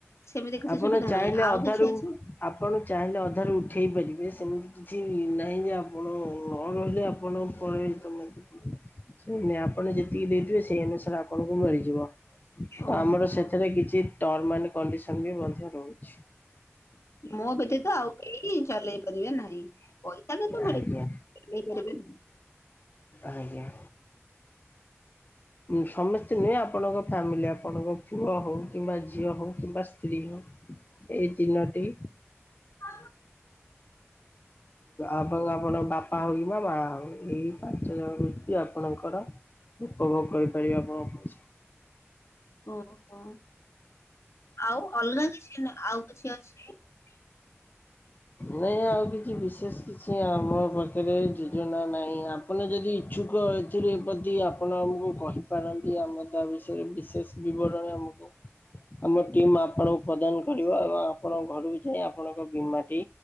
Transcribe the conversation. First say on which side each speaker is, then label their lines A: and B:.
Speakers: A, on the left (about 75°); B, on the left (about 40°).
A: ସେମିତି କିଛି
B: ଆପଣ
A: ସୁବିଧା
B: ଚାହିଁଲେ
A: ନାହିଁ ଆଉ
B: ଅଧାରୁ
A: କିଛି ଅଛି?
B: ଆପଣ ଚାହିଁଲେ ଅଧାରୁ ଉଠେଇ ପାରିବେ ସେମିତି। କିଛି ନାହିଁ ଯେ ଆପଣ ନ ରହିଲେ ଆପଣ ପଳେଇଲେ ତମେ ଦେ ସେ ନାଇଁ ଆପଣ ଯେତିକି ଦେଇଥିବେ ସେଇ ଅନୁସାରେ ଆପଣଙ୍କୁ ମିଳିଯିବ। ତ
A: ଓହୋ।
B: ଆମର ସେଥିରେ କିଛି ଟର୍ମ ଆ କଣ୍ଡିସନ ବି ମଧ୍ୟ ରହୁଛି।
A: ମୋ ବ୍ୟତୀତ ତ ଆଉ କେହି ଚଲେଇ ପାରିବେ ନାହିଁ। ନ ପଇସା
B: ଆଜ୍ଞା
A: <unintelligible> କରିବେ।
B: ଆଜ୍ଞା।
A: ହ।
B: ସମସ୍ତେ ନୁହେଁ ଆପଣଙ୍କ ଫ୍ୟାମିଲି ଆପଣଙ୍କ ପୁଅ ହଉ କିମ୍ବା ଝିଅ ହଉ କିମ୍ବା ସ୍ତ୍ରୀ ହଉ। ଏଇ ଦିନଟି
A: ଆ।
B: ଆପଣ ଆପଣଙ୍କ ବାପା ହଉ କି ବା ମା ହଉ ଏଇ ପାଞ୍ଚ ଜଣ ବ୍ୟକ୍ତି ଆପଣଙ୍କର ଉପଭୋଗ କରିପାରିବେ ଆପଣ
A: ଓହୋ ଆଉ ଅଲଗା କିଛି ଆଉ କିଛି ଅଛି। <unintelligible>
B: ନାଇଁ ଆଉ କିଛି ବିଶେଷ କିଛି ଆମ ପାଖରେ ଯୋଜନା ନାହିଁ। ଆପଣ ଯଦି ଇଚ୍ଛୁକ ଏ ପ୍ରତି ଆପଣ ଆମକୁ କହିପାରନ୍ତି ଆମ ତା ବିଷୟରେ ବିଶେଷ ବିବରଣୀ ଆମ ଟିମ୍ ଆମ ଟିମ୍ ଆପଣଙ୍କୁ ପ୍ରଦାନ କରିବ ଏବଂ ଆପଣଙ୍କ ଘରୁ ଯେ ଆପଣଙ୍କ ବୀମା ଟି